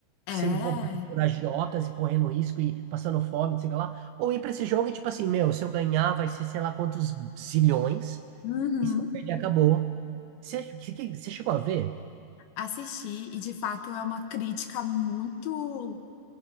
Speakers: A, on the left; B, on the right.
A: É.
B: sendo cobrado por agiotas e correndo risco e passando fome, não sei o que lá. Ou ir pra esse jogo e tipo assim, meu, se eu ganhar vai ser sei lá quantos zilhões
A: Uhum.
B: e se eu perder acabou. Você, que- que- você chegou a ver?
A: Assisti, e de fato é uma crítica muito